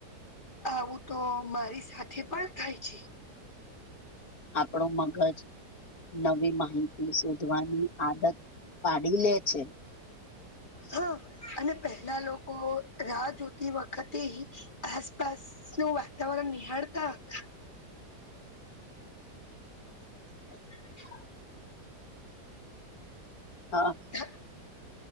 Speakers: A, on the left; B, on the left.
A: આવું તો મારી સાથે પણ થાય છે.
B: આપણું મગજ નવી માહિતી શોધવાની આદત પાડી લે છે.
A: હા અને પહેલા લોકો રાહ જોતી વખતે આસપાસ નું વાતાવરણ નિહાળતા હતા. <inaudible>
B: હા.
A: હતા